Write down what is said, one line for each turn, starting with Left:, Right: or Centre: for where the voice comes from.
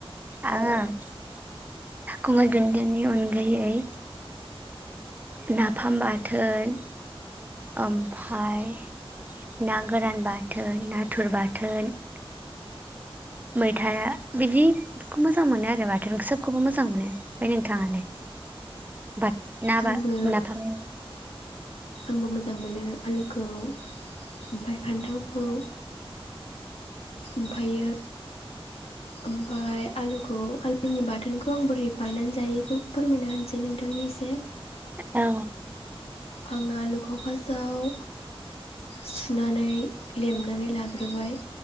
Right: आङो गंगार दुनदिनि अनगायै नाफाम बाथोन ओमफाय नागोरान बाथोन नाथुर बाथोन मैथा बिदिखौ मोजां मोनो आरो बाथोन सबखौबो मोजां मोनो। ओमफाय नोंथाङालाय? <unintelligible>
Left: आंबो
Right: नाफाम
Left: आंबो मोजां मोनो आलुखौ ओमफाय फान्थावखौ ओमफायो ओमफाय आलुखौ आलु आंनि बाथोनखौ आं बोरै बानायनानै जायो बेखौ फोरमायना होनसै नोंथांनो एसे
Right: औ
Left: आं आलुखौ फासआव सुनानै लेमनानै लाग्रोबाय